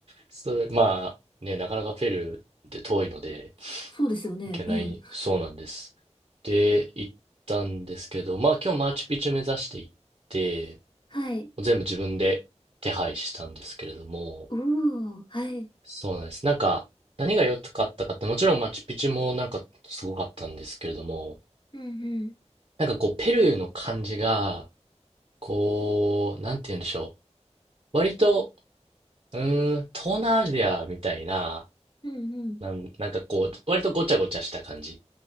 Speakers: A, on the right (about 50°); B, on the left (about 40°).
A: それ、まあ、ね、なかなかペルーって遠いので、
B: そうですよね。
A: 行けないそうなんです。
B: うん。
A: で、行ったんですけど、まあ今日マーチュピチュ目指して行って、
B: はい。
A: 全部自分で手配したんですけれども、
B: うおー、はい。
A: そうなんです。なんか、何が良かったかって、もちろんマーチュピチュもなんかすごかったんですけれども、
B: うんうん。
A: なんかこう、ペルーの感じが、こう、なんて言うんでしょう。割と、うーん、東南アジアみたいな、
B: うんうん。
A: なん、なんかこう、割とごちゃごちゃした感じ。